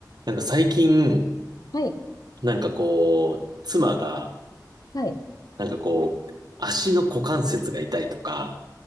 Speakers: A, on the right; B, on the left.
A: なんか最近、
B: はい、
A: なんかこう、妻が、
B: はい、
A: なんかこう、足の股関節が痛いとか、